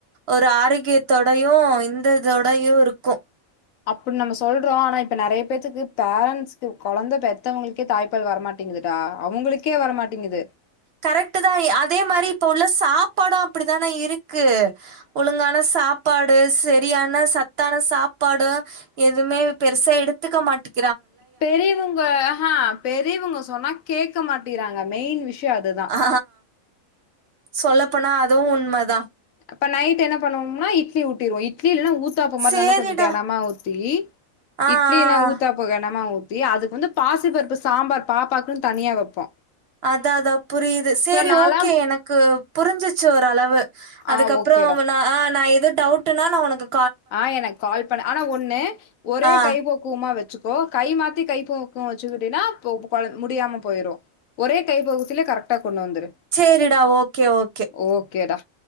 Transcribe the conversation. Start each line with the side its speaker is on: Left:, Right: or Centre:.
Right: ஒரு ஆரோக்கியத்தோடையு இந்ததோடையு இருக்கு
Left: அப்டி நம்ம சொல்றோ ஆனா இப்ப நெறைய பேத்துக்கு பேரண்டட்ஸ்கு கொழந்தை பெத்தவங்களுக்கே தாய்ப்பால் வரமாட்டேங்குதுடா அவங்களுக்கே வரமாட்டேங்குது
Right: கரெக்ட் தா அதே மாரி இப்ப உள்ள சாப்பாடு அப்டித்தானே இருக்கு ஒழுங்கான சாப்பாடு சரியான சத்தான சாப்பாடு எதுவுமே பெருசா எடுத்துக்க மாட்டிக்
Left: பெரியவங்க அஹா பெரியவங்க சொன்னா கேக் க மாட்டிறாங்க மெயின் விஸ் ய அதுதா
Right: ஆ சொல்லப்போனா அது அதுவு உண்மைதா
Left: ப்ப நைட் என்ன பண்ணுவோனா இட்லி ஊத்திருவோ இட்ல இல்லனா உ ஊத்தாப்ப மாரி
Right: சேரிடா.
Left: நல்லா கொஞ்ச கனமா ஊத்தி
Right: ஆ
Left: இட்லியிலா
Right: ஆ.
Left: ஊத்தாப்ப கனமா ஊ அதுக்கு வந்துப் பாசிபருப்பு சாம்பார் பாப்பாக்குன் தனியா வைப்போ
Right: அத அதா புரியுது சேரி
Left: நாலா
Right: ஓகே எனக்கு புரிஞ்சிச்சு ஒரு அளவு அதுக்கப்புற
Left: ஆ ஓகேடா
Right: ஆ நா து டவுட்டுனா நா ஒனக்கு
Left: ஆ எனக்கு கால் பண்ண ஆனா ஒண்ணு ஒரே
Right: ஆ
Left: கைபோக்குவமா வச்சு கோ கை மாத்தி கைப்பக்கு வச்சுக்கிட்டினா <unintelligible> முடியாம போய்ரு ஒரே கைப்பகுத்திலே கரெக்டா கொண்டு வந்துரு
Right: சரிடா ஓகே ஓகே
Left: ஓகேடா